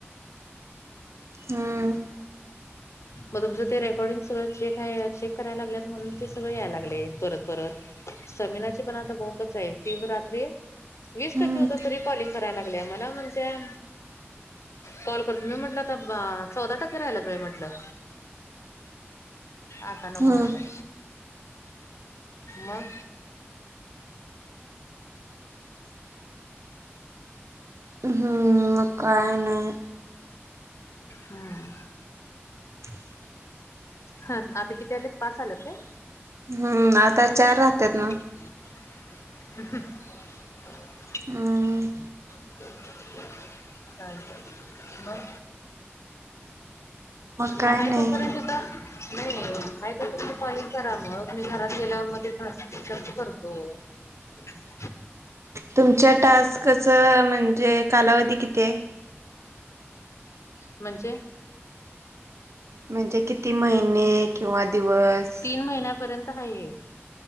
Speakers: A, on the right; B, on the left.
A: हम्म
B: मग तुमचं ते रेकॉर्डिंग सगळं चेक आहे, चेक करायला लागलेत म्हणून ते सगळ यायला लागले परत परत. समीनाची पण आता बोंबच आहे ती तर रात्री वीस
A: हम्म
B: टक्के होत तरी कॉलिंग करायला लाग लागल्या मला म्हणत्या कॉल करतो, मी म्हटलं बा आता चौदा टक्के राहिल्यात बाई म्हटलं. आता नको
A: हम्म
B: म्हटलं, मग?
A: हम्म, मग काय नाही
B: <inaudible> हम्म
A: <inaudible> ह
B: हा आता किती आलेत, पाच आल्यात काय?
A: हम्म आता चार राहत्यात नवं
B: <inaudible> ह
A: हम्म
B: <inaudible> चालतंय, मग?
A: काय
B: <inaudible> मग आहे
A: नाही
B: तोपर्यंत का नाही हाय तो पर्यंत कॉलिंग करा मग, मी घरात गेल्यावर मग तिथं असेल तर करतो. <inaudible>
A: तुमच्या टास्कच म्हणजे कालावधी किती आहे?
B: म्हणजे?
A: म्हणजे किती महिने किंवा दिवस?
B: तीन महिन्यापर्यंत आहे हे.